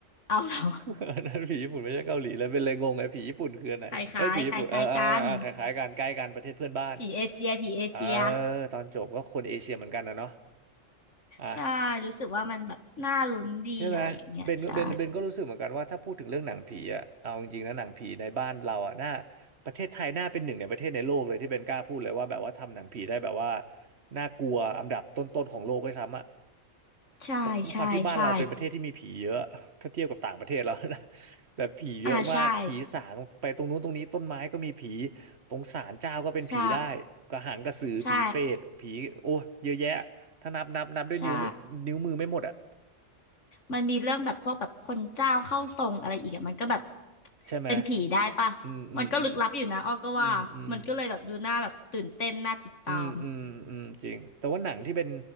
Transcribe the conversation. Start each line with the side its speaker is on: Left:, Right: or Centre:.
Left: เอาเหรอ
Right: <laughs> อันนั้นผีญี่ปุ่นไม่ใช่เกาหลีเลยเป็นเลยงงไงผีญี่ปุ่นคืออันไหนเฮ้ยผีญี่ปุ่นเออเออเออคล้ายๆกันใกล้กันประเทศเพื่อนบ้าน
Left: <laughs> คล้ายๆคล้ายๆกันผีเอเชียผีเอเชีย
Right: เออตอนจบก็คนเอเชียเหมือนกันนะเนาะอ่ะ
Left: ใช่รู้สึกว่ามันแบบน่าลุ้นดีอะไรอย่างเงี้ยใช่
Right: ใช่ไหมเบนเบนเบนก็รู้สึกเหมือนกันว่าถ้าพูดถึงเรื่องหนังผีอะเอาจริงๆนะหนังผีในบ้านเราอะน่าประเทศไทยน่าเป็นหนึ่งในประเทศในโลกเลยที่เบนกล้าพูดเลยว่าแบบว่าทำหนังผีได้แบบว่าน่ากลัวอันดับต้นๆของโลกด้วยซ้ำอะ
Left: ใช่ใช่ใช่
Right: เพราะด้วยความที่บ้านเราเป็นประเทศที่มีผีเยอะ <laughs> ถ้าเทียบกับต่างประเทศแล้วนะ <laughs> แบบผีเยอะมากผีสางไปตรงนู้นตรงนี้ต้นไม้ก็มีผี
Left: อ่าใช่
Right: ตรงศาลเจ้าก็เป็นผีได้กระหังกระสือผีเปรตผีโอ้เยอะแยะ
Left: ใช่ใช่
Right: ถ้านับนับนับด้วยนิ้วไม่นิ้วมือไม่หมดอ่ะ
Left: ใช่ มันมีเรื่องแบบพวกแบบคนเจ้าเข้าทรงอะไรอีกอะมันก็แบบ <tsk>
Right: ใช่ไหม
Left: เป็นผีได้ปะ
Right: อืมอืมอืม
Left: มันก็ลึกลับอยู่นะอ้อก็ว่ามันก็เลยแบบดูน่าแบบตื่นเต้นน่าติดตาม
Right: อืมอืมอืมอืมอืมจริงแต่ว่าหนังที่เป็น